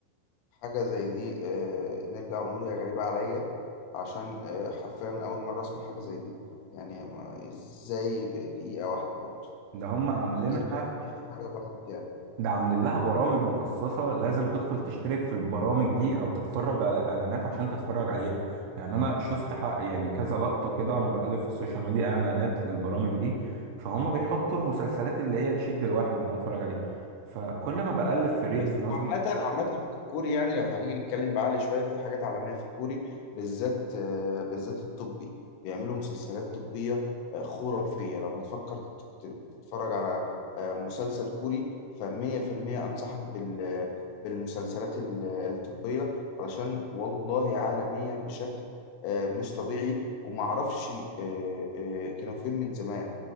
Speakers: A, on the left (about 85°); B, on the right (about 80°).
A: حاجة زي دي آه، نرجع ونقول هي غريبة عليا عشان آه، حرفيا أول مرة أسمع حاجة زي دي يعني ما- إزاي دقيقة واحدة برضه
B: ده هم عاملينها
A: أكيد في في حاجة غلط يعني
B: ده عاملين لها برامج مخصصة لازم تدخل تشترك في البرامج دي أو تتفرج على إعلانات عشان تتفرج عليها يعني أنا شفت حق يعني كذا لقطة كده وأنا بقلب في السوشيال ميديا إعلانات للبرامج دي فهم بيحطوا المسلسلات اللي هي تشد الواحد إن هو يتفرج عليها فكل ما بقلب في ريلز
A: بس
B: مثلا
A: عامة عامة في الكوري يعني لو هنيجي نتكلم بعقل شوية في حاجات عالمية في الكوري بالذات آه، بالذات الطبي بيعملوا مسلسلات طبية آه، خرافية لو هتفكر تت- تتفرج على آه، مسلسل كوري فمية في المية أنصحك بال بالمسلسلات ال- الطبية علشان والله عالمية بشكل آه، مش طبيعي ومعرفش آه، آه، كانوا فين من زمان